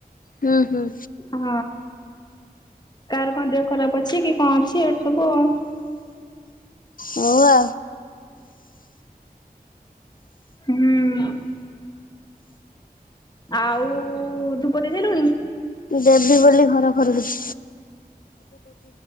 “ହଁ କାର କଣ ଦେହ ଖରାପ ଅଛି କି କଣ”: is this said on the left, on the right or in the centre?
Left